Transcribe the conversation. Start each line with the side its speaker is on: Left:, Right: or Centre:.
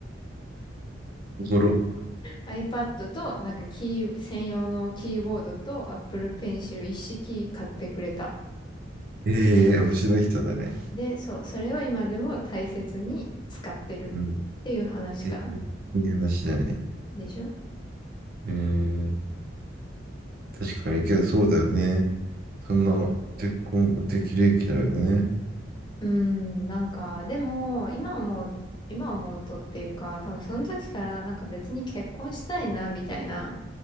Right: おもろ。
Left: iPad と、なんかキー、専用のキーボードと Apple Pencil 一式買ってくれた。
Right: ええ、面白い人だね。
Left: で、そう、それを今でも大切に使ってるっていう話かな。
Right: うん。えいい話だね。
Left: でしょ
Right: ええ、確かに、けどそうだよね。そんな、結婚適齢期だよね。
Left: うーん、なんか、でも、今思う、今思うとっていうか、多分その時からなんか別に結婚したいな、みたいな